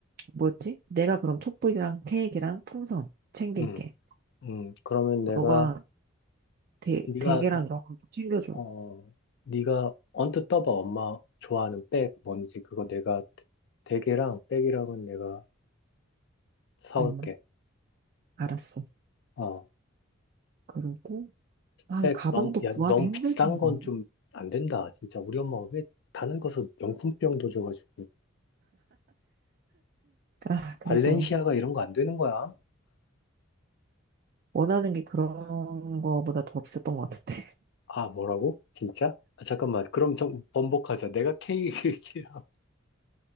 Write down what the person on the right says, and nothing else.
뭐였지? 내가 그럼 촛불이랑 케이크랑 풍선 챙길게.
너가 대,
대게랑 이런 거 챙겨줘.
응, 알았어.
그리고, 아,
가방도
구하기
힘들
텐데.
아, 그래도
원하는 게 그런 거보다 더 없었던 것 같은데.